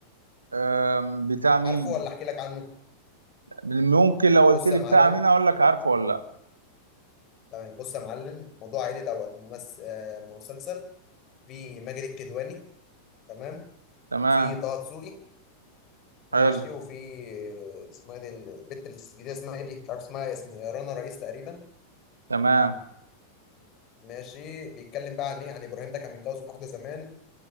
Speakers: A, on the right; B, on the left.
A: آه بتاع مين
B: عارفه ولا احكي لك عنه
A: ممكن لو قلت
B: بص
A: لي
B: يا معلم
A: بتاع مين اقول لك عارفه ولا لا
B: تمام بص يا معلم موضوع عائلي دوت ممثل مسلسل في ماجد الكدواني تمام
A: تمام
B: في طه دسوقي ماشي
A: حلو
B: وفي آه، اسمها دي البت الجديده اسمها ايه دي مش عارف اسمها يا اسم- رنا رئيس تقريبا
A: تمام
B: ماشي بيتكلم بقى عن ايه عن ابراهيم ده كان متجوز واحده زمان